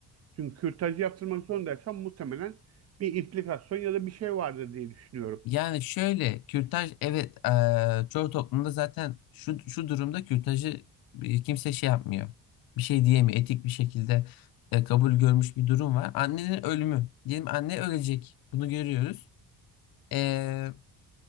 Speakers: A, on the right; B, on the left.
A: Çünkü kürtajı yaptırmak zorundaysam muhtemelen bir implikasyon ya da bir şey vardır diye düşünüyorum.
B: Yani şöyle kürtaj evet eee, çoğu toplumda zaten şu şu durumda kürtajı e, kimse şey yapmıyor. Bir şey diyemiyor. Etik bir şekilde e, kabul görmüş bir durum var. Annenin ölümü. Diyelim anne ölecek. Bunu görüyoruz. Eee,